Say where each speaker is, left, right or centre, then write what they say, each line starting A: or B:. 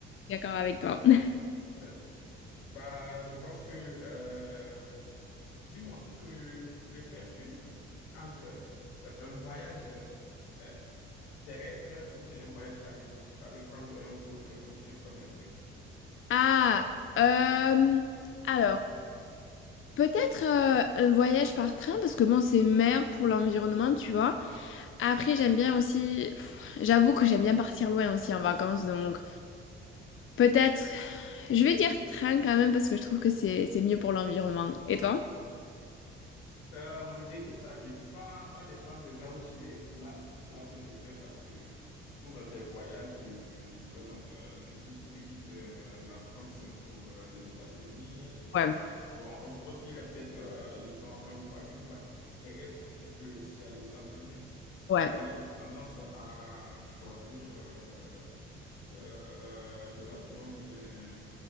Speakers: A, on the left; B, on the left.
A: d'accord avec toi. <laughs>
B: Ouais. Bah, je pense que euh, Dis-moi, que préfères-tu entre un voyage euh, terrestre ou bien un voyage aérien? C'est-à-dire prendre un vol euh, ou bien prendre un train?
A: Ah, euh, alors, peut-être euh, un voyage par train, parce que bon, c'est meilleur pour l'environnement, tu vois. Après, j'aime bien aussi, pff, j'avoue que j'aime bien partir loin aussi en vacances, donc peut-être, je vais dire train quand même, parce que je trouve que c'est c'est mieux pour l'environnement. Et toi?
B: Euh, moi, je dirais que ça dépend, ça dépend de là où j'ai, là, là où je vais parce que pour euh, des voyages de, par exemple, euh, je quitte, tu quittes euh, la France pour euh, les États-Unis,
A: ouais,
B: Bon, on suppose qu'il y a peut-être, euh, disons, un voie- une voie terrestre qui peut aussi aller aux États-Unis, hein.
A: ouais,
B: Mais j'aurais tendance à choisir euh, euh, de l'avion, bien